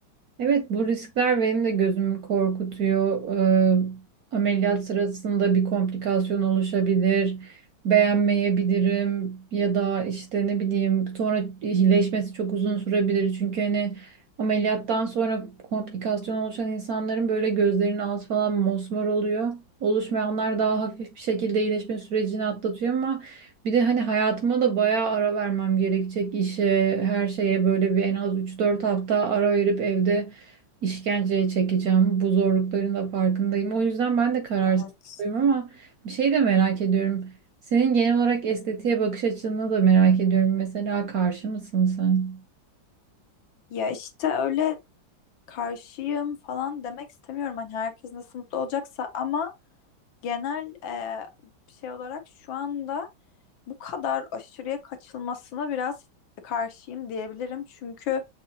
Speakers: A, on the right (about 65°); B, on the left (about 75°).
A: Evet, bu riskler benim de gözümü korkutuyor. Ee, ameliyat sırasında bir komplikasyon oluşabilir, beğenmeyebilirim ya da işte ne bileyim sonra iyileşmesi çok uzun sürebilir. Çünkü hani ameliyattan sonra komplikasyon oluşan insanların böyle gözlerinin altı falan mosmor oluyor. Oluşmayanlar daha hafif bir şekilde iyileşme sürecini atlatıyor ama bir de hani hayatıma da bayağı ara vermem gerekecek işe, her şeye böyle bir en az üç dört hafta ara verip evde işkenceye çekeceğim. Bu zorlukların da farkındayım. O yüzden ben de kararsızım
B: Evet.
A: ama bir şey de merak ediyorum. Senin genel olarak estetiğe bakış açını da merak ediyorum. Mesela karşı mısın sen?
B: Ya işte öyle karşıyım falan demek istemiyorum. Hani herkes nasıl mutlu olacaksa ama genel e, şey olarak şu anda bu kadar aşırıya kaçılmasına biraz karşıyım diyebilirim. Çünkü